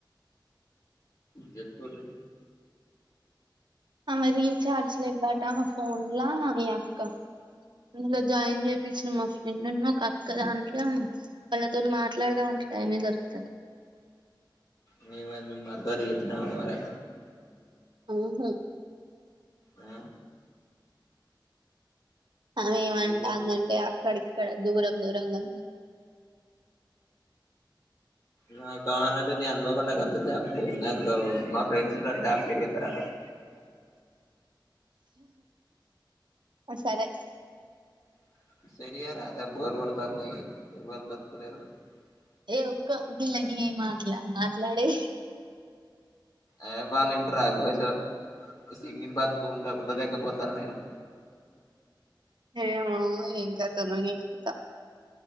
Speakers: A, on the left; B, on the right.
A: చెప్పొర్రి
B: ఆమె రీచార్జ్ లెవ్వటా ఫోన్లా మిఅక్క ఇందులొ జాయిన్ చేపించిన మా ఫ్రెండు న్ను ఒకక్క దాంట్ల వాళ్ళతోన్ మాట్లాడదాం అంటె టైమే సరిపోతాలె
A: మే మెందు మీ మరదల్కు చెప్పినా మరే
B: హు హు
A: ఆ
B: ఆమె ఏమంటాందంటే
A: ఎందుకు
B: అక్కడిక్కడ దూరం దూరంగా
A: నా కానటే నేన్ అనుకోకుండ కాస్త జాబ్ పో నాకూ మా ఫ్రెండ్స్ ఉన్నరు జాబ్ చేపిత్తరట <inaudible>
B: సరే
A: <unintelligible>
B: ఏ ఊకో గిల్లి గా మాట్లాడీ
A: ఏ వాళ్ళ ఇంటరా ఘోషో సింగిల్ బతుకు ఉండ ఉండలేకపోతాను నేను
B: ఏమో ఎం కథనో <unintelligible>